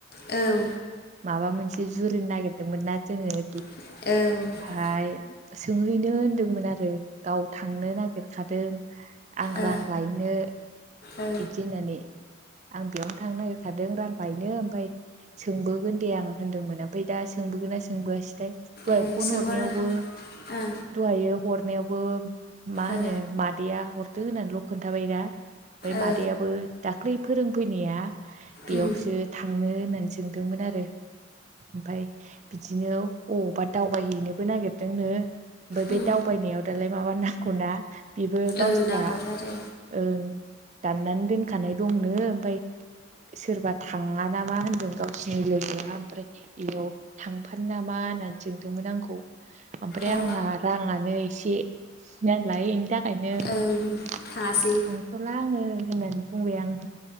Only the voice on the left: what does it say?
औ
औ
ओ
ओ
ओ
सोंहर
ओ
ओ
ओ
उम
उम
ओ नांगौथ' आरो
ए
ओं थाङासै